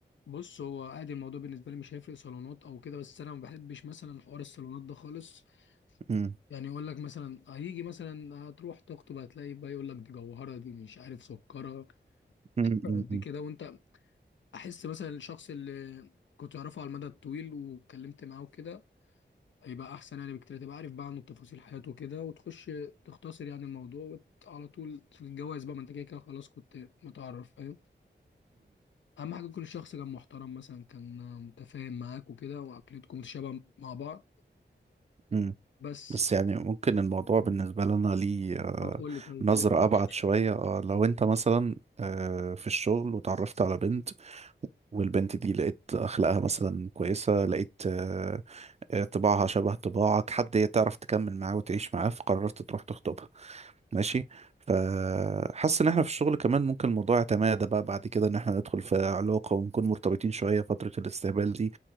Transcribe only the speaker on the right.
امم
امم
امم
بس يعني ممكن الموضوع بالنسبة لنا ليه آه،
نظرة
أبعد شوية آه، لو أنت مثلا آه، في الشغل وتعرفت على بنت والبنت دي لقيت اخلاقها مثلا كويسه لقيت آه، آه، طباعها شبه طباعك حد هي تعرف تكمل معاه وتعيش معاه فقررت تروح تخطبها ماشي فحاسس ان احنا في الشغل كمان ممكن الموضوع يتمادى بقى بعد كده ان احنا ندخل في علاقه ونكون مرتبطين شويه فتره الاستقبال دي